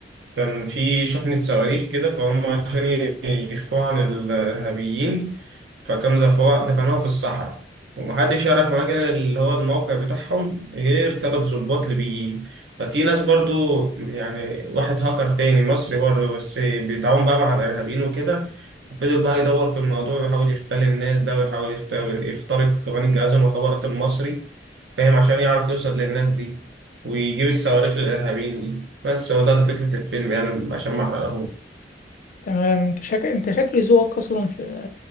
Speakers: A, on the right; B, on the left.
A: كان في شحنة صواريخ كده فهم عشان ي- يخفوها عن الإرهابيين فكانوا دفعوها دفنوها في الصحراء ومحدش يعرف مكان اللي هو الموقع بتاعهم غير ثلاث ضباط ليبيين ففي ناس برضو يعني واحد هاكر تاني مصري برضو بس بيتعاون بقى مع الإرهابيين وكده فضل بقى يدور في الموضوع ويحاول يختل الناس ده ويحاول يخت- يخترق كمان الجهاز المخابرات المصري فاهم عشان يعرف يوصل للناس دي ويجيب الصواريخ للإرهابيين دي بس هو ده ده فكرة الفيلم يعني عشان ما احرقهوش
B: تمام انت شك... انت شكلي ذوقك اصلا في